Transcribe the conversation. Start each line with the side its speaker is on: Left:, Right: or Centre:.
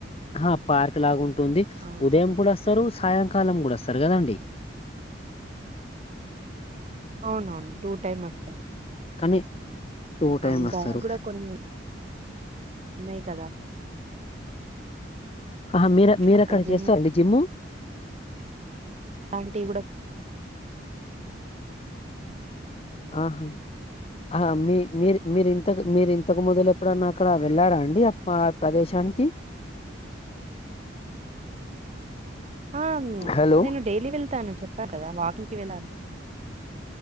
Left: అహ పార్క్ లాగా ఉ ఉంటుంది
Right: అవును.
Left: ఉదయం కూడా వస్తారు సాయం కాలం కూడా వస్తరు కదండి
Right: అవునవును టూ టైమ్ వస్తారు
Left: కానీ టైమ్
Right: ఇంకా
Left: వస్తారు.
Right: అది కూడా కొన్ని ఉన్నాయ్ కదా
Left: ఆ మీర మీరెక్కడ
Right: అక్కడ జిమ్
Left: చేస్తారండి జిమ్
Right: అలాంటివి కూడా
Left: ఆహా ఆ మీ మీరు మీరింతకు మీరు ఇంతకు మొదలు ఎప్పుడన్నా అక్కడ వెళ్ళారా అండి ఆ ప్రదేశానికి
Right: ఆ
Left: హలో!
Right: నేను డైలీ వెళ్తాను చెప్ కదా వాకింగ్కి వెంద